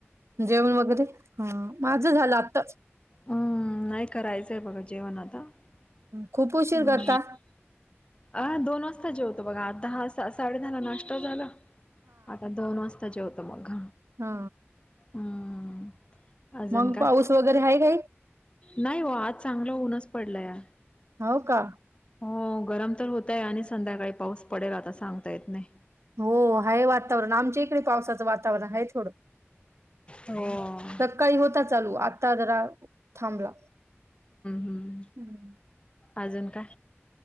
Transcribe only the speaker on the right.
जेवण वगैरे ह माझं झालं आताच
खूप उशीर करता
हा
मग
पाऊस वगैरे आहे काही
हो का
हो आहे वातावरण आमच्या इकडे पावसाचं वातावरण आहे थोडं
सकाळी होता चालू आता तदरा थांबला
हम्